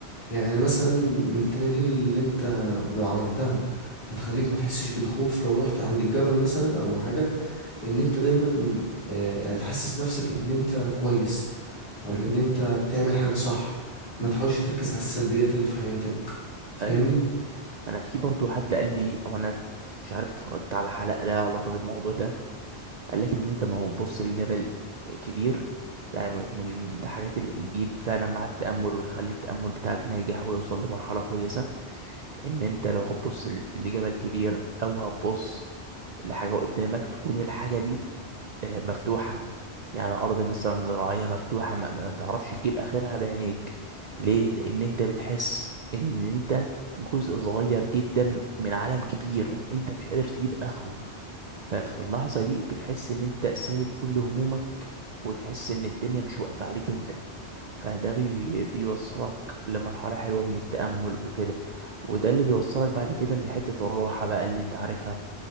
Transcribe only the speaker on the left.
يعني مثلا من التمارين اللي أنت لو عملتها هتخليك ما تحسش بالخوف لو رحت عند الجبل مثلا أو حاجة ان انت دايما آه، يعني تحسس نفسك ان انت كويس او
ان انت بتعمل حاجة صح ما
تحاولش تركز على السلبيات اللي في حياتك فاهمني